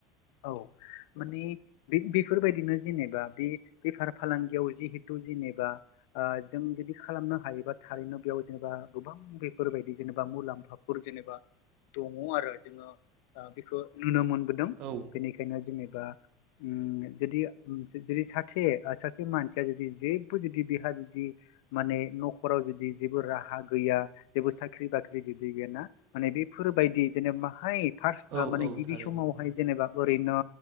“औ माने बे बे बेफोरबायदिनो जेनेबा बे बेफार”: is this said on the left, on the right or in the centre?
Left